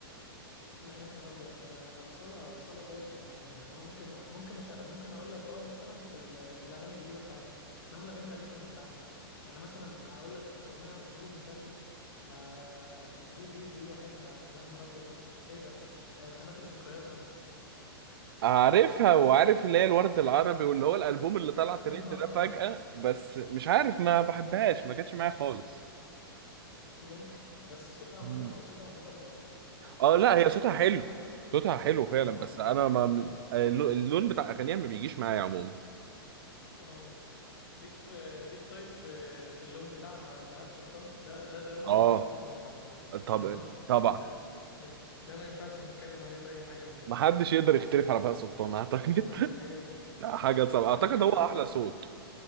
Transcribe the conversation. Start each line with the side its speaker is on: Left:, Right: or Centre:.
Left: لا يا نهار ابيض ده اصاله اصاله فايبس لوحدها يعني هو ممكن ممكن أش... ممكن اقول لك اه مثلا في ال... في الاغاني الجديده بتاعتها انما الاغاني القديمه ما ينفعش يعني مثلا هقول لك اغنيه على سبيل المثال ما دي دي دي لوحدها يا نهار ابيض يا... ايه ده آه، خانات الذكريات مثلا
Right: عارفها وعارف اللي هي الورد العربي واللي هو الالبوم اللي طلع
Left: <laughs>
Right: ترند
Left: اه
Right: ده فجأة
Left: اه
Right: بس مش عارف ما بحبهاش ما جاتش معايا خالص
Left: ممكن بس صوتها عامه
Right: مم.
Left: هو صوتها عامه خطير يعني ما
Right: اه
Left: شفتش
Right: لا هي
Left: زي
Right: صوتها
Left: صوتها
Right: حلو
Left: الصراحه
Right: صوتها
Left: <laughs>
Right: حلو فعلا
Left: اه
Right: بس انا ما اللون بتاع اغانيها ما بيجيش معايا عموما
Left: اه ليك في ليك طيب في في اللون بتاع بهاء سلطان ده ده ده لون
Right: اه
Left: لوحده خالص عامة <laughs>
Right: طب
Left: اه
Right: طبعا
Left: ده ده ده ده ما ينفعش نتكلم عليه بأي حاجة كده
Right: محدش يقدر يختلف على بهاء سلطان اعتقد
Left: <laughs>
Right: <laughs>
Left: دي حقيقة صراحة
Right: لا حاجه صعبه
Left: بتحب
Right: اعتقد
Left: له
Right: هو
Left: ايه
Right: احلى
Left: طيب؟
Right: صوت